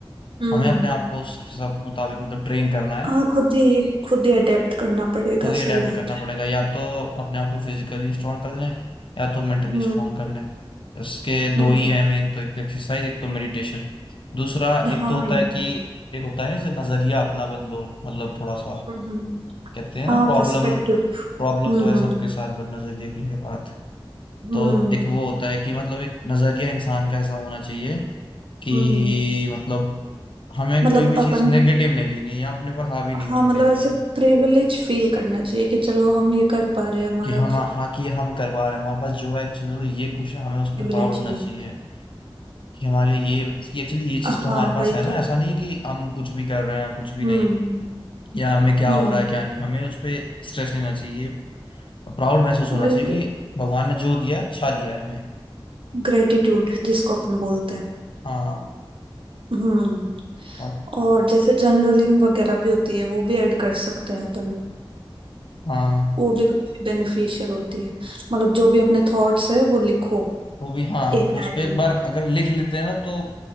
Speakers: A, on the right; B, on the left.
A: हम्म,
B: हमें अपने आप को उस सब मुताबिक मतलब ट्रेन करना है
A: हाँ खुद ही खुद ही अडेप्ट करना पड़ेगा
B: खुद ही अडेप्ट
A: सही बात
B: करना
A: है
B: पड़ेगा या तो अपने आप को फिजिकली स्ट्रांग कर लें या तो मेंटली
A: हम्म
B: स्ट्रांग कर लें इसके दो
A: हम्म
B: ही है मेन तो एक तो एक्सरसाइज एक तो मेडिटेशन दूसरा एक
A: हाँ
B: तो होता
A: ये
B: है
A: हम्म
B: कि एक होता है जैसे नजरिया अपना बदलो मतलब थोड़ा सा
A: हम्म, हम्म।
B: कहते हैं
A: हाँ
B: ना प्रॉब्लम
A: प्रस्पेक्टिव
B: प्रॉब्लम
A: हम्म
B: तो है
A: हम्म
B: सबके साथ बट नजरिए की है बात
A: हम्म
B: तो एक वो होता है कि मतलब एक नजरिया इंसान का ऐसा होना चाहिए कि
A: हम्म
B: मतलब हमें
A: मतलब
B: कोई भी
A: अपन
B: चीज़ नेगेटिव नहीं लेनी या अपने ऊपर हावी नहीं
A: हाँ
B: होने
A: मतलब
B: देनी
A: ऐसे
B: है
A: प्रिविलेज फील करना चाहिए कि चलो हम ये कर पा रहे हैं हमारा
B: कि हम हाँ कि हम करवा रहे हैं हमारे पास जो है एक्चुअली तो ये खुश है हमें उस
A: प्रिविलेज
B: पर प्राउड होना
A: है ये
B: चाहिए कि हमारे ये एक्चुअली ये चीज़
A: हाँ
B: तो हमारे पास
A: वही
B: है ना
A: तो
B: ऐसा नहीं कि हम कुछ भी कर रहे हैं कुछ भी
A: हम्म
B: नहीं या हमें क्या
A: हम्म
B: हो रहा है क्या नहीं हमें उस पर स्ट्रेस लेना चाहिए प्राउड महसूस होना
A: वही
B: चाहिए
A: तो
B: कि भगवान ने जो दिया अच्छा दिया है हमें
A: ग्रेटिट्यूड जिसको अपन बोलते हैं
B: हाँ
A: हम्म
B: और
A: और जैसे जर्नलिंग वगैरह भी होती है वो भी ऐड कर सकते हैं अपन
B: हाँ
A: वो भी काफी बेनिफिशियल होती है मतलब जो भी अपने थॉट्स है वो लिखो
B: वो भी हाँ
A: एक
B: उस
A: डायरी
B: पर एक
A: में
B: बार अगर लिख लेते हैं ना तो